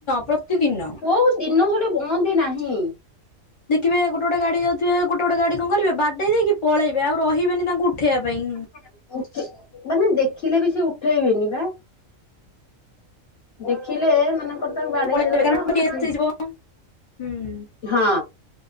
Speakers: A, on the left; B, on the left.
A: ପ୍ରତିଦିନ
B: କଉ ଦିନ ଗୋଟେ ବଅନ୍ଦୀ ନାହିଁ।
A: ଦେଖିବେ ଗୋଟେ ଗୋଟେ ଗାଡ଼ି ଯାଉଥିବେ ଗୋଟେ ଗୋଟେ ଗାଡି କଣ କରିବେ ବାଡେଇ ଦେଇକି ପଳେଇବେ ଆଉ ରହିବେନି ତାଙ୍କୁ ଉଠେଇବା ପାଇଁ।
B: <unintelligible> ଉଠ୍ -ମାନେ ଦେଖିଲେ ବି ସେ ଉଠେଇବେନି ପା। ଦେଖ୍ ଥିଲେ ମନେକର ତାକୁ ବାଡେଇଦେଲା
A: ପଳେଇବେ କାରଣ କେସ୍
B: ତ-
A: ହେଇଯିବ ହୁଁ ହଁ।
B: ହଁ।